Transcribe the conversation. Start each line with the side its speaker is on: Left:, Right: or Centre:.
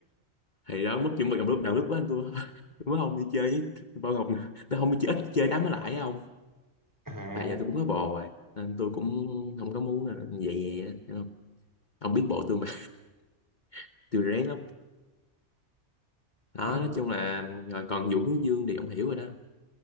Left: thì đó mất chuẩn bị Ngọc lúc nào lúc đó tôi <laughs> tôi mới không đi chơi với Bảo Ngọc nữa. tôi không đi chơi ít chơi đám nó lại không
Right: <laughs> à,
Left: tại giờ tôi cũng có bồ rồi nên tôi cũng không có muốn là vậy vậy á hiểu không ông biết bộ tôi mà <laughs> tôi rén lắm đó
Right: có
Left: nói
Right: gì.
Left: chung là rồi còn vụ hướng dương thì ông hiểu rồi đó